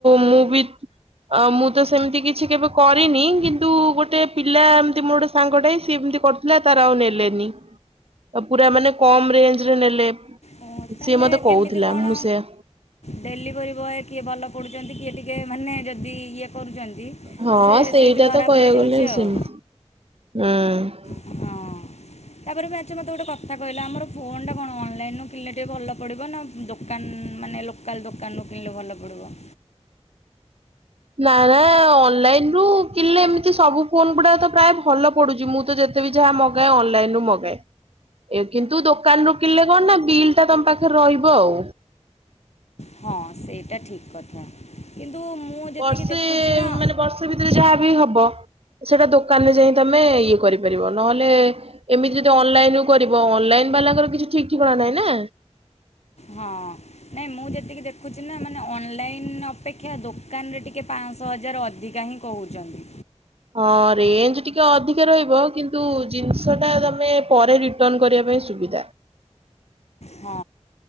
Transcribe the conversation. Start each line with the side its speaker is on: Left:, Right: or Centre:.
Right: ମୁଁ ବି ଅ ମୁଁ ତ ସେମିତି କିଛି କେବେ କରିନି କିନ୍ତୁ ଗୋଟେ ପିଲା ଏମିତି ମୋର ଗୋଟେ ସାଙ୍ଗଟେ ସିଏ ଏମିତି କର ତାର ଆଉ ନେଲେନି ପୁରା ମାନେ କମ୍ ରେଞ୍ଜ ରେ ନେଲେ।
Left: ଓ, ତାହେଲେ
Right: ସିଏ ମତେ କହୁଥିଲା
Left: କେମିତି କ'ଣ
Right: ମୁଁ ସେଆ
Left: ଡେଲିଭରି ବୟ କିଏ ଭଲ ପଡୁଚନ୍ତି କିଏ ଟିକେ ମାନେ ଯଦି ଇଏ କରୁଚନ୍ତି
Right: ହଁ
Left: ସେ
Right: ସେଇଟା
Left: ସେଇଠି ଧରା
Right: ତ କହିବାକୁ
Left: ପଡ଼ିଯାଉଚି
Right: ଗଲେ
Left: ଆଉ।
Right: ସେମିତି ହୁଁ।
Left: ହଁ ତାପରେ ବି ଆଛା ମତେ ଗୋଟେ କଥା କହିଲା ଆମର ଫୋନ୍ ଟା କଣ ଅନ୍ ଲାଇନୁ କିଣିଲେ ଟିକେ ଭଲ ପଡ଼ିବ ନା ଦୋକାନ ମାନେ ଲୋକ କାଲ୍ ଦୋକାନରୁ କିଣିଲେ ଭଲ ପଡିବ?
Right: ନା ନା ଅନଲାଇନ ରୁ କିଣିଲେ ଏମିତି ସବୁ ଫୋନ ଗୁଡା ତ ପ୍ରାୟ ଭଲ ପଡୁଚି ମୁଁ ତ ଯେତ ତେ ବି ଯାହା ମଗାଏ ଅନନ୍ଲାଇନ୍ ରୁ ମଗାଏ। ଏ କିନ୍ତୁ ଦୋକାନରୁ କିଣିଲେ କଣ ନା ବିଲ୍ ଟା ତମ ପାଖରେ ରହିବ ଆଉ।
Left: ହଁ ସେଇଟା ଠିକ କଥା କିନ୍ତୁ ମୁଁ ଯେତିକି
Right: ବର୍ଷେ
Left: ଦେଖୁଚି ନା
Right: ମାନେ ବର୍ଷେ ଭିତରେ ଯାହା ବି ହବ ସେଇଟା ଦୋକାନରେ ଯାଇଁ ତମେ ଇଏ କରିପାରିବ ନହେଲେ ଏମିତି ଯଦି ଅନଲାଇନ୍ ରୁ କରିବ ଅନଲାଇନ୍ ବାଲାଙ୍କର କିଛି ଠିକ୍ ଠିକଣା ନାହିଁ ନା
Left: ହଁ। ନାଇଁ ମୁଁ ଯେତିକି ଦେଖୁଚି ନା ମାନେ ଅନଲାଇନ୍ ଅପେକ୍ଷା ଦୋକାନରେ ଟିକେ ପାଞ୍ଚଶହ ହଜାର ଅଧିକା ହିଁ କହୁଚନ୍ତି।
Right: ହଁ ରେଞ୍ଜ ଟିକେ ଅଧିକା ରହିବ କିନ୍ତୁ ଜିନିଷ ଟା ତମେ ପରେ ରି ରିଟର୍ନ କରିବା ପାଇଁ ସୁବିଧା।
Left: ହଁ।